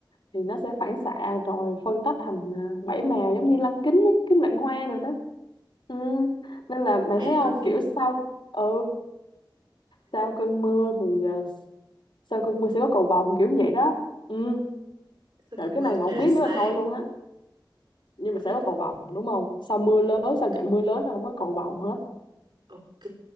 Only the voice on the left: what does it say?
thì nó sẽ phản xạ rồi phân tách thành ờ, bảy màu giống như lăng kính á, kính vạn hoa rồi đó ừ. nên là mày
thấy
không
kiểu sau ừ sau cơn mưa thì ờ, sau cơn mưa sẽ có cầu vồng kiểu vậy đó ừ
trời
cái
này
mà không
biết
nữa là thôi luôn á nhưng
mà sẽ có
cầu vồng đúng không sau mưa lớn
sau trận mưa lớn là không có cầu vồng hết